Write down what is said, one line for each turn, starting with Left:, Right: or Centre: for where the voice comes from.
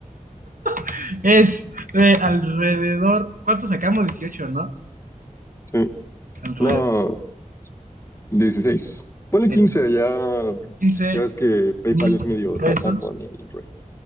Right: <laughs> es de alrededor, ¿cuánto sacamos? dieciocho ¿no?
Left: Sí.
Right: Alrededor
Left: No, dieciséis Ponle
Right: de
Left: 15 ya,
Right: 15
Left: ya ves que PayPal
Right: mil
Left: es medio rata
Right: pesos.
Left: con el rate.